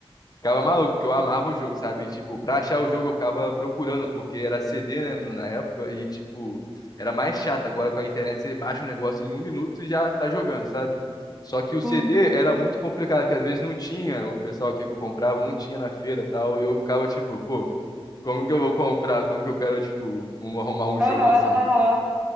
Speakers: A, on the left (about 40°); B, on the right (about 15°).
A: Ficava maluco, porque eu amava o jogo, sabe? E, tipo, pra achar o jogo eu ficava procurando, porque era CD, né, na época, e, tipo, era mais chato. Agora com a internet você baixa o negócio em um minuto e já tá jogando, sabe? Só que o CD
B: Sim.
A: era muito complicado, que às vezes não tinha, o pessoal aqui que eu comprava não tinha na feira e tal, e eu ficava tipo, pô, como que eu vou comprar? Como que eu quero, tipo, um- arrumar um
B: Aham,
A: jogo assim?
B: aham.